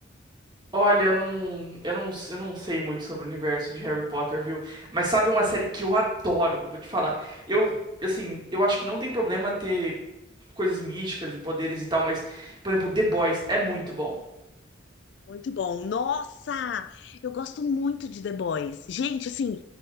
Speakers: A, on the right; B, on the left.
A: Olha, eu não, eu não, eu não sei muito sobre o universo de Harry Potter, viu? Mas sabe uma série que eu adoro? Eu vou te falar. Eu, assim, eu acho que não tem problema ter coisas místicas e poderes e tal, mas, por exemplo, The Boys é muito bom.
B: Muito bom. Nossa, eu gosto muito de The Boys. Gente, assim,